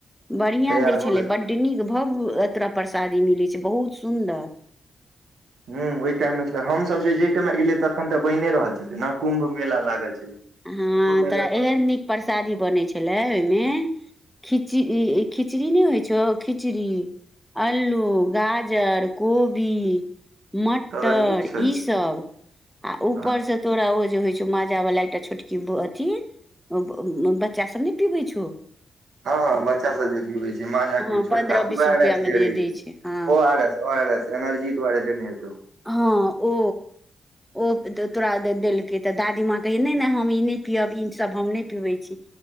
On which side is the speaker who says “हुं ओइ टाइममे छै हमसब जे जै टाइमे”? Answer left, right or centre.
Right